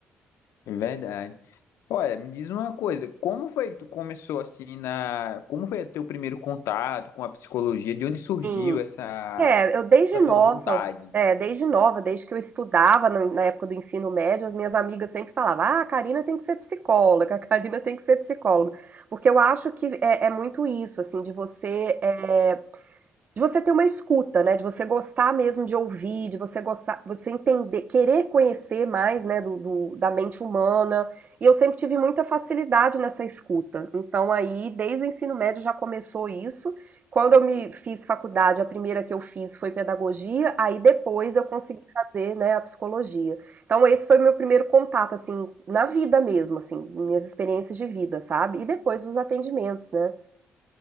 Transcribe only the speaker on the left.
É Verdade. Olha, me diz uma coisa, como foi que tu começou assim na, como foi teu primeiro contato com a psicologia? De onde surgiu
essa,
essa
tua vontade?